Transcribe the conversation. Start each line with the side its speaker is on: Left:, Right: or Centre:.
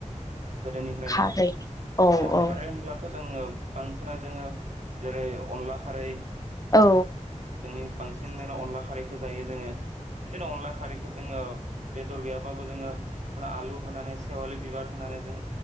Right: गोदोनिफ्रायनो।
Left: खारै औ
Right: अ
Left: औ
Right: खारै होनब्लाथ' जोङो बांसिना जोङो जेरै अनला खारै
Left: औ
Right: जोंनि बांसिन अनला खारैखो जायो जोङो। बिदिनो अनला खारैखो जोङो बेदर गैयाबाबो जोङो आलु होनानै सेवालि बिबार होना जों